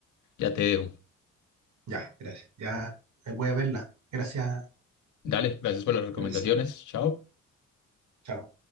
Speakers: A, on the left; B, on the right.
A: ya te dejo.
B: ya, gracias. Ya eh, voy a verla. Gracias.
A: Dale, gracias por las recomendaciones.
B: Gracias.
A: Chao.
B: Chao.